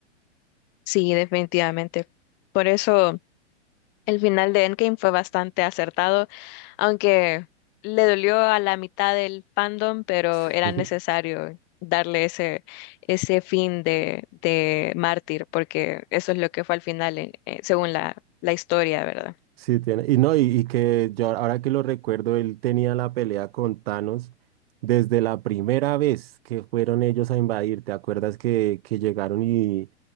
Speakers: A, on the left (about 30°); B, on the right (about 55°).
A: Sí, definitivamente. Por eso. El final de Endgame fue bastante acertado, aunque le dolió a la mitad del fandom, pero
B: <laughs>
A: era necesario
B: Sí.
A: darle ese, ese fin de, de mártir, porque eso es lo que fue al final, eh, eh, según la, la historia, ¿verdad?
B: Sí, tiene. Y no, y, y que yo ahora que lo recuerdo, él tenía la pelea con Thanos desde la primera vez que fueron ellos a invadir. ¿Te acuerdas que, que llegaron y,